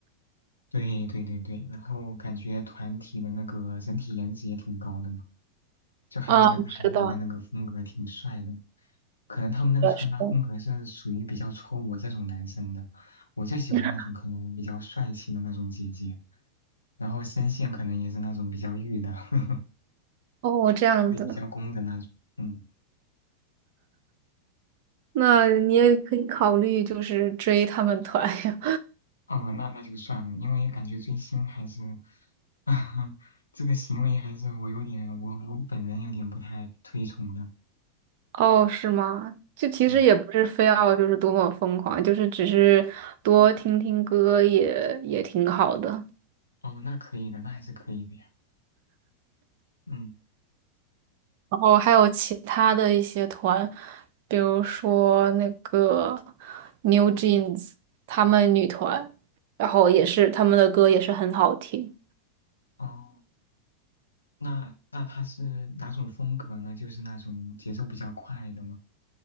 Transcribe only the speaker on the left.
对对对对，然后感觉团体的那个整体颜值也挺高的。嘛。就很有那个韩国的那个风格，
挺帅的。可能他们那个穿搭风格是属于比较戳我这种男生的，
我就喜欢那种可能比较帅气的那种姐姐，
然后声线可能也是那种比较御的，<laughs>
对，比较攻的那种。嗯，
哦，那那就算了，因为感觉追星还是，<laughs> 这个行为还是我有点，我我本人有点不太推崇的。
对，
哦，那可以的，那还是可以的呀。嗯，
哦。那那他是哪种风格呢？就是那种节奏比较快的吗？